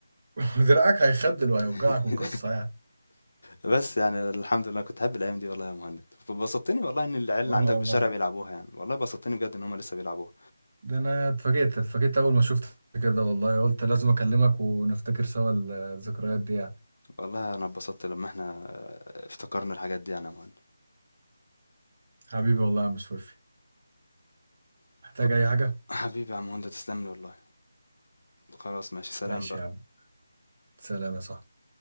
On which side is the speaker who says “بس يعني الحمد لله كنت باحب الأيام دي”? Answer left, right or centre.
Left